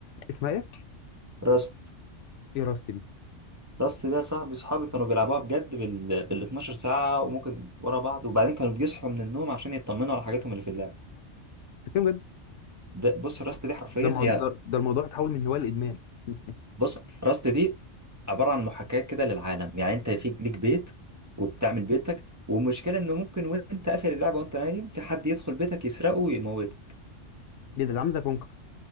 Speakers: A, on the left; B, on the right.
A: اسمها ايه؟
B: راست
A: ايه راست دي؟
B: راست دي يا صاحبي صحابي كانوا بيلعبوها بجد بال بال 12 ساعة وممكن ورا بعض وبعدين كانوا بيصحوا من النوم عشان يطمنوا على حاجاتهم اللي في اللعبة
A: بتتكلم بجد
B: ده بص راست دي حرفيا
A: ده الموضوع
B: هي
A: ده ده الموضوع اتحول من هوايه لادمان <laughs>
B: بص راست دي عباره عن محاكاه كده للعالم يعني انت في ليك بيت وبتعمل بيتك والمشكله انه ممكن وانت قافل اللعبه وانت نايم في حد يدخل بيتك يسرقه ويموته
A: ايه ده ده عامل زي كونكر